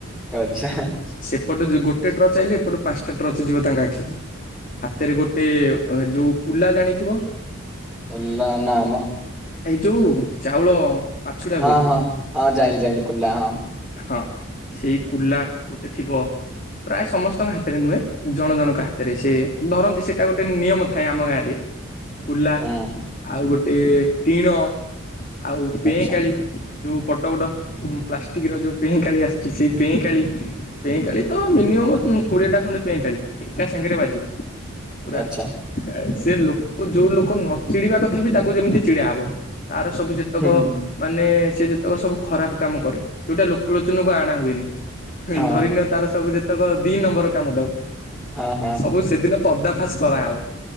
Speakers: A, in the centre; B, on the left.
A: ଆଚ୍ଛା
B: ସେପଟେ ଯୋଉ ଗୋଟେ ଟ୍ରର୍ଚ୍ଚ ଆଇଲେ ଏପଟୁ ପାଞ୍ଚଟା ଟ୍ରର୍ଚ୍ଚ ଯିବ ତାଙ୍କ ଆଖିକି ହାତରେ ଗୋଟେ ଯେଉଁ କୁଲା ଜାଣିଥିବ
A: ଓଲା ନାମ
B: ଏଇ ଯୋଉଁ ଚାଉଳ ପାଛୁଡା
A: ହଁ
B: ହୁଏ
A: ହଁ ହଁ ଜାଇଁଲି ଜାଇଁଲି କୁଲା ହଁ
B: ହଁ ସେଇ କୁଲା ଗୋଟେ ଥିବ ପ୍ରାୟ ସମସ୍ତଙ୍କ ହାତରେ ନୁହେଁ ଜଣ ଜଣଙ୍କ ହାତରେ ସେ ଧରନ୍ତି ସେଇଟା ଗୋଟେ ନିୟମ ଥାଏ ଆମ ଗାଁ ରେ କୁଲା
A: ହୁଁ
B: ଆଉ ଗୋଟେ ଏ ଟିଣ ଆଉ ପେଁକାଳୀ
A: ଆଚ୍ଛା
B: ଯୋଉ ବଡ଼ ବଡ଼ ପ୍ଲାଷ୍ଟିକର ଯୋଉ ପେଇଁକାଳି ଆସିଛି, ସେଇ ପେଁକାଳୀ ପେଁକାଳୀ ତ ମିନିମମ୍ କୋଡିଏଟା ଖଣ୍ଡେ ପେଁ କାଳୀ ଏକା ସାଙ୍ଗରେ ବାଜିବ ପୁରା
A: ଆଚ୍ଛା
B: <unintelligible> ସେ ଲୋକ ଯୋଉ ଲୋକ ନଚିଡିବା କଥା ବି ତାକୁ ଯେମିତି ଚିଡାହବ ତାର ସବୁ ଯେତେକ
A: ହୁଁ ହୁଁ
B: ମାନେ ସେ ଯେତେକ ସବୁ ଖରାପ କାମ କରେ ଯୋଉଟା ଲୋକଲୋଚନକୁ ଆଣା ହୁଏନି।
A: ହଁ
B: ଧରିନିଅ ତାର ସବୁ ଯେତେ ତାକୁ <unintelligible> ଦି ନମ୍ବର କାମ ଦଉ
A: ହଁ ହଁ
B: ସବୁ ସେଦିନ ପର୍ଦ୍ଦାଫାଶ କରାହେଉ